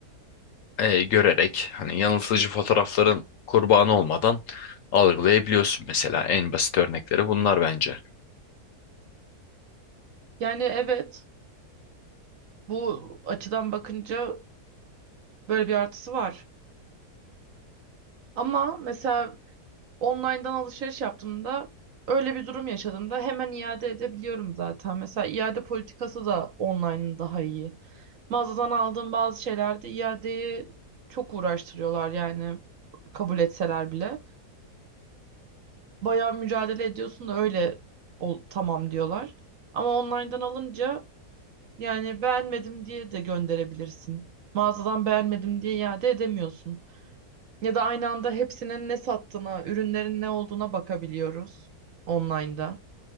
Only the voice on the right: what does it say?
Yani evet bu açıdan bakınca böyle bir artısı var. Ama mesela online'dan alışveriş yaptığımda öyle bir durum yaşadığımda hemen iade edebiliyorum zaten. Mesela iade politikası da online'ın daha iyi. Mağazadan aldığım bazı şeylerde iadeyi çok uğraştırıyorlar yani kabul etseler bile. Bayağı mücadele ediyorsun da öyle ol, tamam diyorlar. Ama online'dan alınca Yani beğenmedim diye de gönderebilirsin. Mağazadan beğenmedim diye iade edemiyorsun. Ya da aynı anda hepsinin ne sattığına, ürünlerin ne olduğuna bakabiliyoruz online'da.